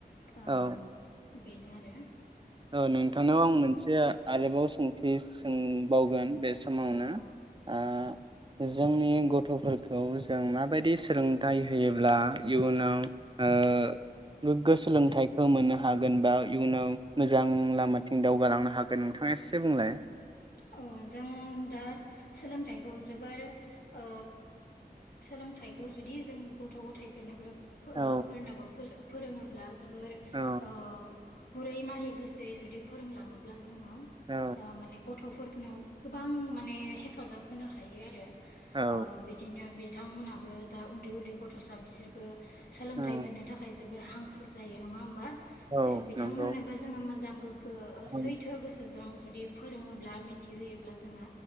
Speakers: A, on the left; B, on the right.
A: अम
B: औ
A: बेनो आरो
B: औ नोंथांनाव आं मोनसे आरोबाव सों थि सोंबावगोन बेस समावनो
A: औ
B: आ
A: औ
B: जोंनि गथफोरखौ जों माबायदि सोलोंथाइ होयोब्ला इयुनाव ओ गोग्गो सोलोंथाइखौ मोननो हागोन बा इयुनाव मोजां लामाथिं दावगालांनो हागोन नोंथाङा एसे बुंलाय?
A: औ जों दा सोलोंथाइखौ जोबोर ओ सोलोंथाइखौ जुदि जों गथ गथायाइफोरनिब्रोब ओ
B: औ
A: फोरनोबो फोल फोरोङोब्ला जो जोबोर
B: औ
A: ओम गुरै माहि गोसोयै जुदि फोरोंलाङोब्ला जो जोंनाव ओ
B: औ
A: माने गथ' फोरनो गोबां माने हेफाजाब होनो हायो आरो
B: औ
A: अ बिदिनो बि थांमोनहाबो जा उन्दै उन्दै गथसा बिसोरबो सोलोंथाइ
B: औ
A: मोननो थाखाय जो जोबोर हांखुर जायो नङा ओमबा
B: औ
A: ए बिथांमोननोबो
B: नंगौ
A: जोङो मोजा जां गोग गो ओ
B: उम
A: सैथो गोसोजों जुदि फोरोङोब्ला थि होयोब्ला जोंहा